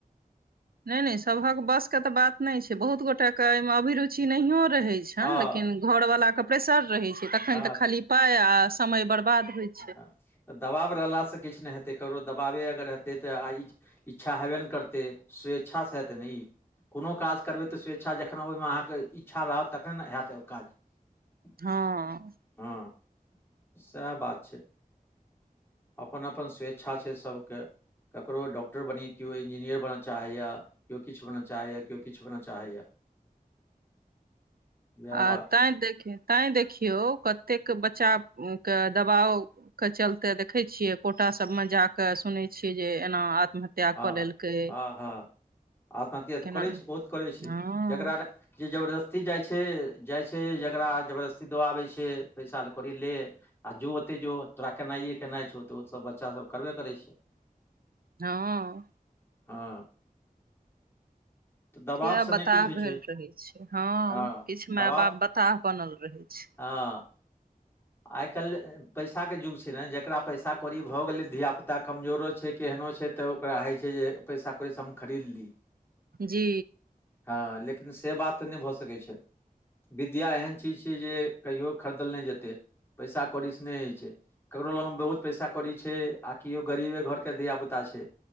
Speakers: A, on the right; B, on the left.
A: नहि-नहि सभक बस के तऽ बात नहि छै, बहुत गोटाे केए मे अभिरुचि नहियो रहे छै। छनि
B: हँ
A: लेकिन घरवलाके प्रेसर रहै छै तखन
B: हँ
A: तऽ खाली पाइ आ समय बर्बाद होइ छै
B: ह तऽ दबाव रहलासँ किछु नहि हेतै ककरो दबावे अगर हेतै तऽ आ ई इच्छा हेबे ने करतै, स्वेच्छा से हेतै ने ई कोनो काज करबै तऽ स्वेच्छा जखन ओहिमे अहाँके इच्छा रहत तखने ने हयैत ओ काज
A: हँ।
B: हँ, सएह बात छै। अपन अपन स्वेच्छा छै सभके। ककरो डॉक्टर बनी केओ इन्जीनियर बनऽ चाहैए। केओ किछु बनअ चाहैए केओ किछु बन चाहैए। उएह
A: आ
B: बात छै
A: तैं देखियौ तैं देखियौ कतेक बच्चा के दबाव के चलते देखै छियै कोटा सभमे जाकऽ सुनैत छियै जे एना आत्महत्या
B: हाँ
A: कऽ लेलकै
B: हाँ आत्महत्या तऽ
A: केना
B: करै छै बहुत करै छै,
A: हँ
B: जकरा जे जबरदस्ती जाइ छै जाइ छै जकरा जबरदस्ती दऽ आबै छै पैसा कौड़ी ले आ जो ओते जो तोरा केनाइए केनाइ छौ तऽ ओसभ बच्चा सब करबे करैत छै।
A: हँ।
B: हँ। तऽ दबावसँ
A: किया बताह
B: नहि किछु होइ
A: भेल
B: छै
A: रहे छै, किछ
B: हँ
A: माय
B: दबाव
A: बाप बताह बनल रहे छै।
B: हँ। आइ काल्हि। पैसाके युग छै ने जकरा पैसा कौड़ी भऽ गेलै धियापुता कमजोरो छै केहनो छै तऽ ओकरा होइ छै जे पैसा कौड़ी से सब चीज हम खरीदली, एमहर
A: जी।
B: हँ लेकिन से बात तऽ नहि भऽ सकैत छै न विद्या एहन चीज छियै जे कहियो खरीदल नहि जेतै पैसा कौड़ीसँ नहि होइ छै!। ककरो लग म बहुत पैसा कौड़ी छै आ केओ गरीबे घरके धि पुता छै